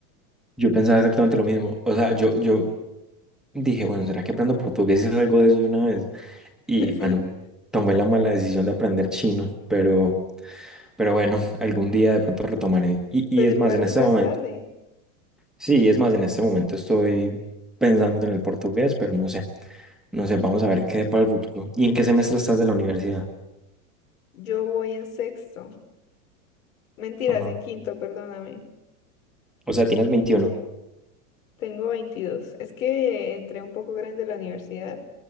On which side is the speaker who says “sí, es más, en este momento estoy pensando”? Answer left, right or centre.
Centre